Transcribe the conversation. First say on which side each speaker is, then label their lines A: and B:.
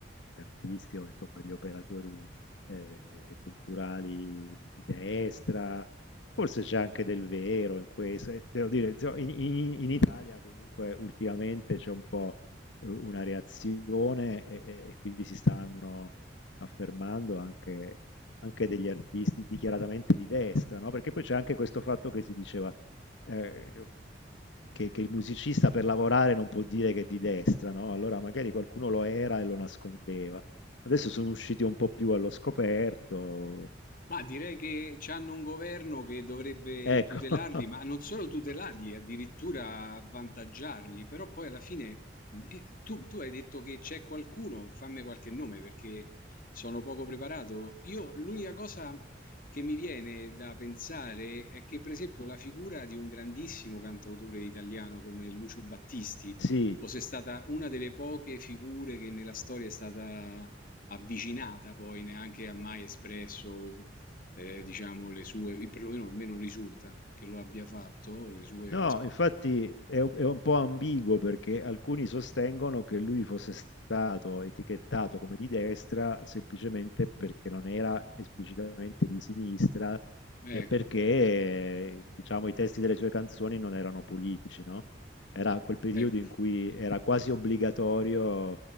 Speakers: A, on the left; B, on the left.
A: gli artisti o insomma, gli operatori eh, culturali di destra. Forse c'è anche del vero in questo, e devo dire, insomma, in in- in Italia comunque ultimamente c'è un po' u una reazione e e e quindi si stanno affermando anche anche degli artisti dichiaratamente di destra, no, perché poi c'è anche questo fatto che si diceva, ehm, che che il musicista per lavorare non può dire che è di destra, no, allora magari qualcuno lo era e lo nascondeva. Adesso sono usciti un po' più allo scoperto.
B: Ma direi che c'hanno un governo che dovrebbe
A: Ecco,
B: tutelarli,
A: <laughs>
B: ma non solo tutelarli, addirittura avvantaggiarli, però poi alla fine mh, eh, tu, tu hai detto che c'è qualcuno, fammi qualche nome perché sono poco preparato. Io l'unica cosa che mi viene da pensare è che per esempio la figura di un grandissimo cantautore italiano come Lucio Battisti
A: sì.
B: fosse stata una delle poche figure che nella storia è stata avvicinata poi neanche ha mai espresso ehm, diciamo le sue i perlomeno a me non risulta che lo abbia fatto, le sue
A: No,
B: as
A: infatti è, un è un po' ambiguo perché alcuni sostengono che lui fosse stato etichettato come di destra semplicemente perché non era esplicitamente di sinistra
B: ecco,
A: e perché, eh, diciamo, i testi delle sue canzoni non erano politici, no? Era quel periodo
B: ecco.
A: in cui era quasi obbligatorio